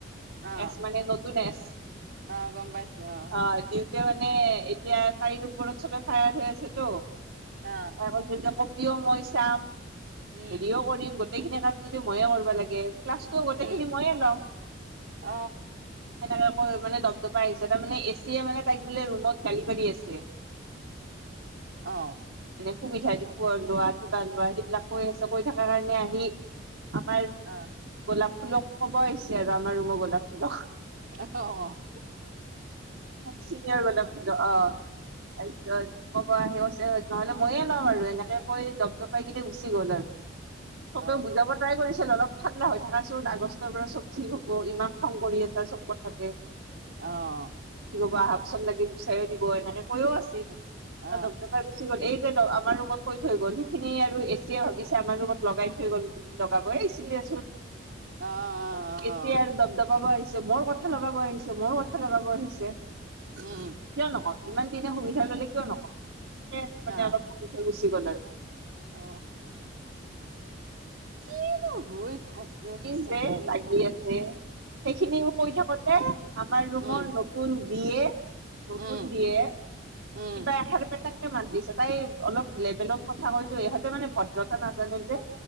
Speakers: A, on the right; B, on the right.
A: অ অ
B: এছ মানে নতুন এচ
A: অ গম পাইছো অ
B: অ' দিওঁতে মানে এতিয়া তাইৰ ওপৰত চবে ফায়াৰ হৈ আছেতো
A: অ
B: তাৰ কৈছে যে কপিও মই চাম
A: উম
B: হেৰিও কৰিম গ গোটেইখিনি কাম যদি ময়ে কৰিব লাগে। ক্লাছটো গোটেইখিনি
A: উম
B: ময়ে লম।
A: অ
B: সেনেক কৈ মানে দপদপাই আহিছে তাৰমানে এ চিয়ে মানে তাইক বোলে ৰুমত গালি পাৰি আছে
A: আহ।
B: সুবিধা দি প লোৱা কিবা লোৱা সেইবিলাক কৈ আছে কৈ থকা কাৰণে আহি। আমাৰ
A: অ অ
B: গোলাপ ফুলক কব হৈছে আৰু আমাৰ ৰুঙৰ গোলাপ ফুলক।
A: অহ।
B: চিঙিয়ৰ গলা ফুল অ তাৰিছত। ক'ব আহেছে নহলে ময়ে লম আৰু এনেকে কৈ দপদপাই কিইনে গুচি গ'ল আৰু। চবেও
A: অ
B: বুজাব ট্ৰাই কৰিছিল অলপ। ঠাণ্ডা হৈ থাককাচোন, আগষ্টৰ পৰা চব ঠিক হ'ব ইমান খং কৰি আছা চব কথাতে।
A: আহ।
B: বা হফচত লাগি গুচাই দিব এনেকে কৈও আছিলমদাই
A: অ অ
B: গুচি গ'ল এই <unintelligible> আমাৰ ৰুমত কৈ থৈ গ'ল সিখিনি আৰু এচিয়ে ভাবিছে আমাৰ ৰুমত লগাই থৈ গল বুলি লগাবছিলেচোন।
A: অ অ
B: এতিয়া
A: অ অ
B: আৰু দপ দপাব আহ। মোৰ কথা লগাব আহিছে, মোৰ কথা লগাব আহিছে।
A: উম।
B: কিয় নকম ইমান দিনে সুবিধা ললে কিয় নকওঁ মানে
A: অ
B: অলপ গুচি গ'ল আৰু।
A: অ কিনো হৈ। থাকে
B: কি
A: সঁচাক।
B: যে লাগি আছে সেইখিনিও কৈ থাকোতে আমাৰ ৰুমৰ
A: উম
B: নতুন। দিয়ে নতুন
A: উম
B: দিয়ে
A: উম
B: কিবা এশাৰপেটাক। মান দিছে, তাই অলপ লেভেলত কথা কৈতো ইহঁতে মানে ভদ্ৰতা নাজানে যে।